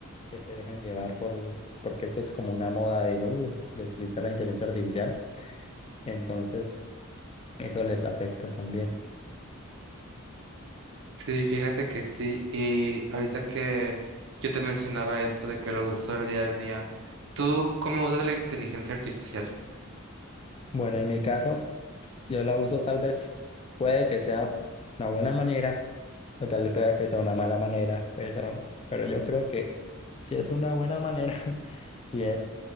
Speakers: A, on the left (about 30°); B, on the right (about 65°).
A: que se dejan llevar por, l- porque esto es como una moda de, "Uh, de utilizar la inteligencia artificial, entonces eso les afecta también.
B: Sí, fíjate que sí. Y ahorita que yo te mencionaba esto de que lo uso el día al día, ¿tú cómo usas la inteligencia artificial?
A: Bueno, en mi caso, yo la uso tal vez, puede que sea una buena manera O tal vez pueda que sea una mala manera, pero, pero yo creo que si es una buena manera <laughs> y es